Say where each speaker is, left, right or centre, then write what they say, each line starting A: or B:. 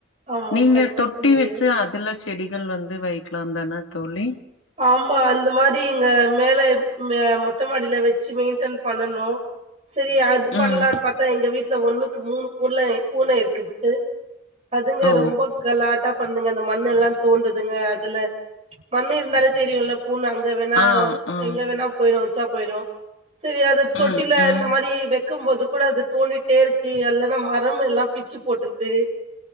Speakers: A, on the right (about 30°); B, on the left (about 70°).
A: ஆமா
B: நீங்க
A: கரெக்டா
B: தொட்டி
A: சொன்னீங்க
B: வச்சி அதுல செடிகள் வந்து வைக்கலாம் தான தோழி
A: ஆமா அந்த மாரி இங்க மேல இங்க மொட் டமாடியில வச்சி மெயின்டன் பண்ணனும் சரி அது பண்ணலான்
B: ம்.
A: பாத்தா எங்க வீட்ல ஒண்ணுக்கு மூணு பொர்ல பூன இருக்குது அதுங்க
B: ஓ!
A: ரொம்ப கலாட் டா பண்துங்க அந்த மண்ணெல்லா தோண்டுதுங்க அதுல மண்ணு இருந்தாலும் தெரியு இல்ல பூன அங்க வேணா
B: ஆ, ஆ.
A: எங்க வேணா போயிடும் உச்சா போயிரும் செரி அத தொட்டில
B: ம், ம்,
A: இந்த மாரி வக் இருக்கும்போது கூட அது தோணிட்டே இருக்கு இல்லன்னா மரம் எல்லாம் பிச்சு போட்டுருது